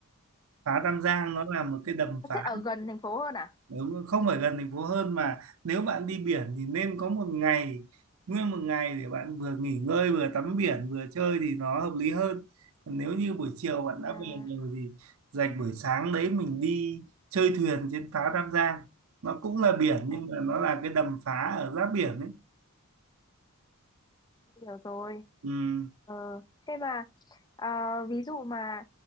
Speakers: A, on the right; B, on the left.
A: phá Tam Giang nó là một cái đầm
B: nó
A: phá
B: sẽ ở gần thành phố hơn à
A: nếu không phải gần thành phố hơn mà nếu bạn đi biển thì nên có một ngày nguyên một ngày để bạn vừa nghỉ ngơi vừa tắm biển vừa chơi thì nó hợp lý hơn còn nếu như buổi chiều bạn đã
B: à,
A: về rồi thì dành buổi sáng đấy mình đi chơi thuyền trên phá Tam Giang nó cũng là biển nhưng
B: à
A: mà nó là cái đầm phá ở giáp biển ấy
B: tôi hiểu rồi
A: ừ,
B: ờ thế mà Ờ, ví dụ mà